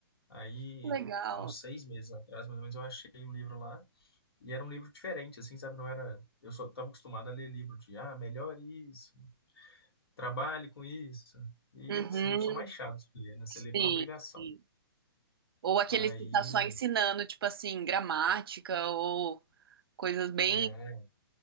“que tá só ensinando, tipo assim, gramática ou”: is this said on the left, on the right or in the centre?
Right